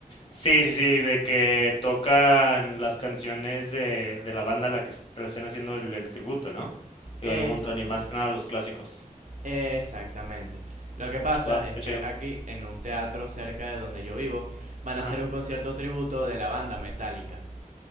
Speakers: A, on the left; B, on the right.
A: Sí, sí, sí, de que tocan las canciones de, de la banda a la que est- le estén haciendo el, el tributo, ¿no? Digo,
B: Exactamente.
A: hay un montón y más que nada los clásicos.
B: Exactamente. Lo que pasa
A: Wow,
B: es
A: qué chido.
B: que aquí, en un teatro cerca de donde yo vivo, van
A: Ajá.
B: a hacer un concierto tributo de la banda Metallica.